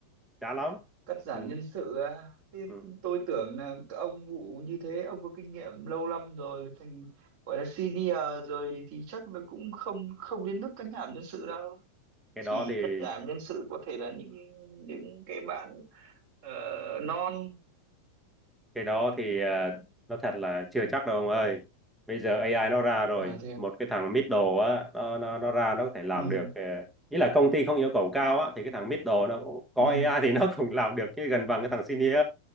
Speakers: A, in the centre; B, on the right.
A: chán lắm
B: cắt giảm
A: ừ,
B: nhân sự à thế
A: ừ.
B: tôi tưởng là các ông vụ như thế ông có kinh nghiệm lâu năm rồi thành gọi là senior rồi thì chắc là cũng không không đến mức cắt giảm nhân sự đâu
A: cái
B: chỉ
A: đó thì
B: cắt giảm nhân sự có thể là những những cái bạn ờ, non
A: cái đó thì à, nó thật là chưa chắc đâu ông ơi bây giờ AI nó ra rồi
B: à thế à
A: một cái thằng Middle á nó nó nó ra nó có thể làm
B: ừ
A: được ờ, ý là công ty không yêu cầu cao á thì cái thằng Middle nó cũng có
B: ừ
A: AI thì nó cũng làm được cái gần bằng cái thằng Senior